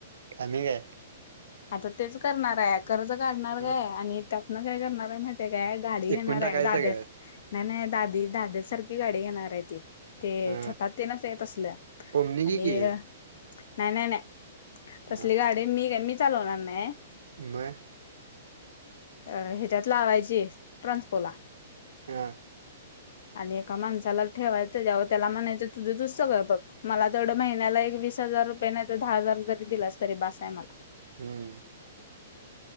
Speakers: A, on the right; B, on the left.
A: कमी काय.
B: आता तेच करणार आहे कर्ज काढणार
A: ह
B: काय आणि त्यातनं काय करणार आहे माहितीय काय. गाडी
A: एकूण
B: घेणार
A: टाकायचं
B: आहे दाद्या
A: सगळं
B: नाही नाही दादी दाद्या सारखी गाडी घेणार आहे ती. ते..
A: हा
B: छोटा हत्ती नसतोय काय तसल आणि....
A: ओमनी घे की
B: नाय- नाय -नाय. तसली
A: हा
B: गाडी... मी.. काय.. मी... चालवणार नाही.
A: <unintelligible>
B: अ... ह्याच्यात लावायची. ट्रान्सपोला....
A: हा
B: आणि एका माणसाला ठेवायचं त्याच्यावर त्याला म्हणायचं तुझं तूच सगळं बघ. मला तेवढं महिन्याला एक वीस हजार रुपये नाही तर दहा हजार जरी दिलास तरी बसा आहे मला.
A: हम्म....